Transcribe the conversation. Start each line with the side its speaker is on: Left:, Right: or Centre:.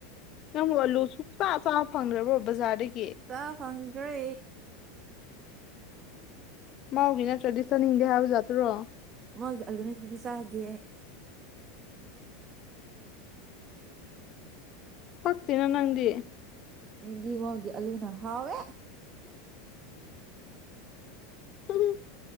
Left: ꯅꯪꯕꯨ ꯑꯂꯨ ꯁꯨꯛꯆꯥ ꯆꯥꯕ ꯐꯪꯗ꯭ꯔꯕꯣ ꯕꯖꯥꯔꯗꯒꯤ꯫
Right: ꯆꯥ ꯐꯡꯗ꯭ꯔꯦ
Left: ꯃꯥꯒꯤ ꯅꯠꯇ꯭ꯔꯗꯤ ꯆꯠꯅꯤꯡꯗꯦ ꯍꯥꯏꯕꯖꯥꯠꯇꯨꯔꯣ
Right: ꯃꯣꯏꯒꯤ ꯑꯜꯂꯨꯅꯠꯇꯤꯗꯤ ꯆꯥꯗꯦ ꯑꯩ
Left: ꯄꯥꯛꯇꯅ ꯅꯪꯗꯤ
Right: ꯗꯤ ꯋꯥꯦ ꯑꯜꯨꯅ ꯍꯋꯦ
Left: ꯎꯝ